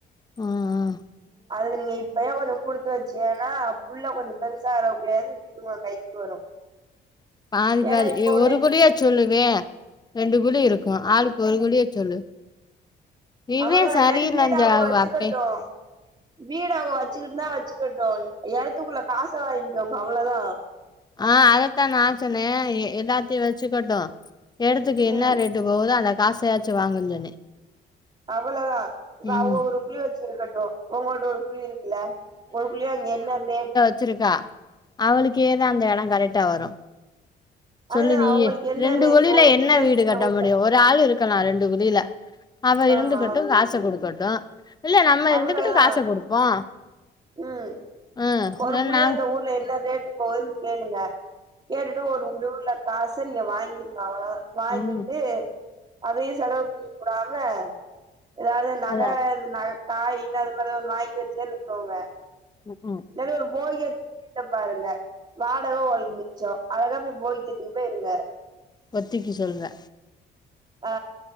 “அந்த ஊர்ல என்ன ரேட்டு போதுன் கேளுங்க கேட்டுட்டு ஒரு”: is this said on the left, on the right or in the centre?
Right